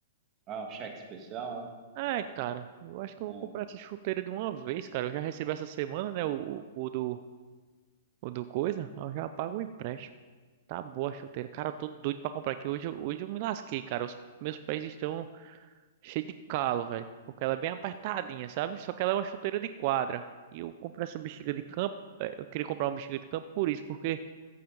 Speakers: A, on the right; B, on the right.
A: Ah, o cheque especial,
B: Ai, cara, eu acho que
A: né?
B: eu vou comprar
A: É,
B: essa chuteira de uma vez, cara. Eu já recebi essa semana, né? O, o, o do, o do coisa. aí Eu já pago o empréstimo. Tá boa a chuteira. Cara, eu tô doido pra comprar aqui. Hoje, eu- hoje eu me lasquei, cara. Os meus pés estão cheios de calo, velho. Porque ela é bem apertadinha, sabe? Só que ela é uma chuteira de quadra. E eu comprei essa bexiga de campo. eh, Eu queria comprar uma bexiga de campo por isso, porque.